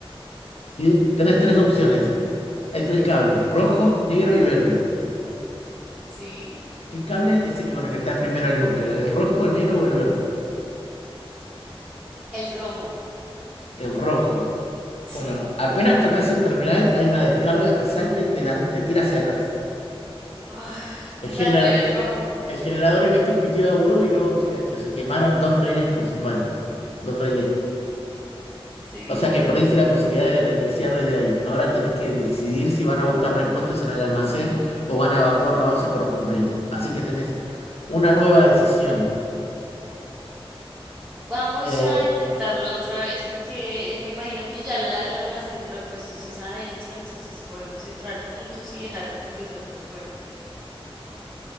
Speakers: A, on the left; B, on the right.
A: ¿Sí? Tenés tres opciones. Hay tres cables, rojo, negro y verde.
B: sí.
A: ¿Qué cable es el que conectás primero al núcleo? ¿El rojo, el negro o el verde?
B: El rojo.
A: El rojo.
B: sí,
A: Bueno, apenas tocas el terminal, hay una descarga que salta y te, la- te tira hacia atrás.
B: Ah,
A: El, gener-
B: o sea, no era el rojo.
A: el generador emite un pitido agudo y luego silencio. Se quemaron dos relés principales. Dos relés.
B: sí.
A: O sea que perdiste la posibilidad de reiniciar desde ahí. Ahora tenés que decidir si van a buscar repuestos en el almacén o van a evacuar la base por completo. Así que tenés una nueva decisión.
B: Vamos
A: Eh,
B: a intentarlo otra vez porque eh, me imagino que ya la- el almacén de repuestos es adentro, entonces podemos entrar juntos y dejar al profesor por fuera.